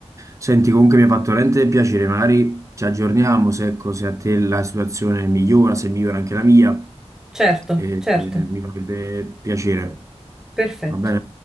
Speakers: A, on the right (about 30°); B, in the centre.
A: Senti, comunque mi ha fatto veramente piacere, magari ci aggiorniamo se, ecco, se a te la situazione migliora, se migliora anche la mia,
B: Certo,
A: e,
B: certo,
A: e mi farebbe piacere,
B: perfetto.
A: va bene?